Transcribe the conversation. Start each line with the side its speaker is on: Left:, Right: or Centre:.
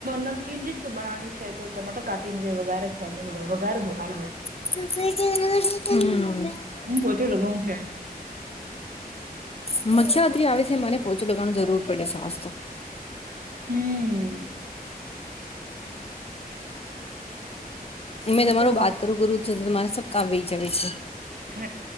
Right: નમકીન રઈશ તું બના છે તો ટમાટર કાઢ ને વગારે છે વગારે દોવા
Left: <unintelligible>
Right: હું પોતે લગાવઉ છે.
Left: મખ્યાત્રી આવે છે મને પોહચું લગવાનું જરૂર પડે છે આસ તો.
Right: હમ્મ.
Left: મેં
Right: પોચું
Left: તમારૂ
Right: લગાવ
Left: વાત કરું ગુરુ તમારે સબ કામ વહી જવે છે.
Right: હ